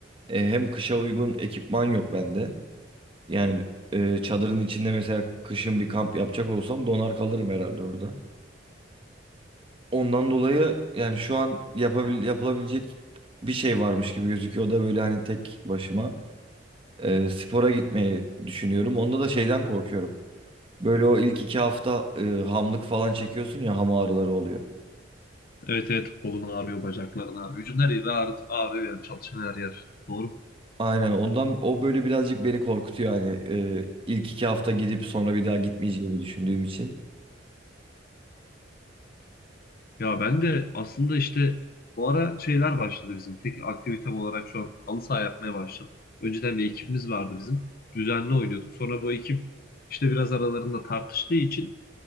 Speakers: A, on the right; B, on the left.
A: e, hem kışa uygun ekipman yok bende. Yani e, çadırın içinde mesela kışın bir kamp yapacak olsam donar kalırım herhalde orada. Ondan dolayı yani şu an yapabil yapılabilecek bir şey varmış gibi gözüküyor. O da böyle hani tek başıma e, spora gitmeyi düşünüyorum. Onda da şeyden korkuyorum. Böyle o ilk iki hafta e, hamlık falan çekiyorsun ya ham ağrıları oluyor.
B: Evet evet kolun ağrıyor, bacakların ağrıyor. Vücudun her yeri ağrı, ağrıyor yani çalışan her yer. Doğru.
A: Aynen ondan o böyle birazcık beni korkutuyor hani e, ilk iki hafta gidip sonra bir daha gitmeyeceğimi düşündüğüm için.
B: Ya ben de aslında işte bu ara şeyler başladı bizim. Tek aktivitem olarak şu an halı saha yapmaya başladık. Önceden bir ekibimiz vardı bizim. Düzenli oynuyorduk. Sonra bu ekip işte biraz aralarında tartıştığı için